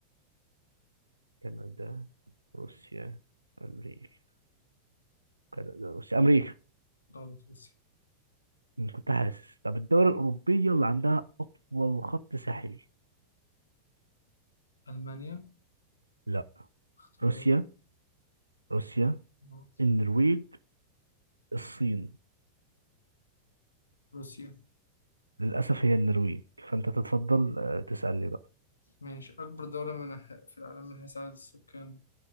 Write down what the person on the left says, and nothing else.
غلط روسيا
ألمانيا
اختيارات
آه،
روسيا
ماشي أكبر دولة من ح- في العالم من حيث عدد السكان